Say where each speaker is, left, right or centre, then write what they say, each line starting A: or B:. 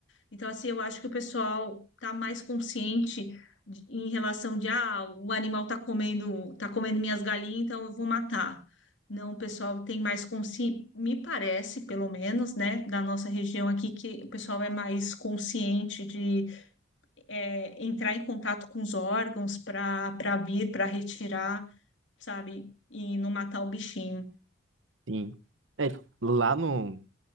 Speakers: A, on the left (about 70°); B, on the right (about 75°).
A: Então, assim, eu acho que o pessoal tá mais consciente de- em relação de, ah, o animal tá comendo, tá comendo minhas galinhas, então eu vou matar. Não, o pessoal tem mais consciência, me parece, pelo menos, né, da nossa região aqui, que o pessoal é mais consciente de é, entrar em contato com os órgãos para para vir, para retirar, sabe, e não matar o bichinho.
B: Sim. É, lá no,